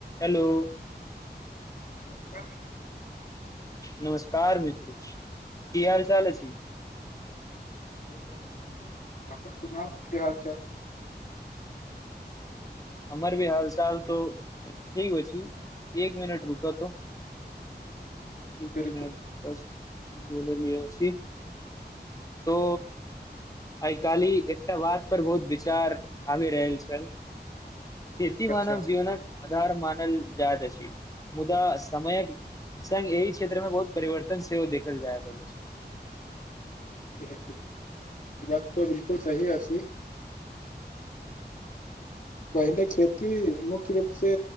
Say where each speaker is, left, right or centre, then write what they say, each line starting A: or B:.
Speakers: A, on the left (about 20°); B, on the left (about 45°).
A: Hello
B: नमस्कार मित्र
A: नमस्कार मित्र की हाल चाल अछि?
B: सब बढ़ियां अछि अपन सुनाउ की हाल -चाल?
A: हमर भी हाल चाल तो ठीक हो छी एक मिनट रुकऽ तो। एक
B: बिलकुल
A: मिनट बस बोललिय अछि तो। आय काली एकटा बात पर बहुत विचार आबि रहल छल। खेती
B: अच्छा
A: मानव जीवनक आधार मानल जाइत अछि मुदा समयक- संग एहि क्षेत्र में बहुत परिवर्तन सेहो देखल जायत अछि।
B: बिल्कुल बात तऽ बिल्कुल सही अछि। पहिने खेती मुख्य रूप से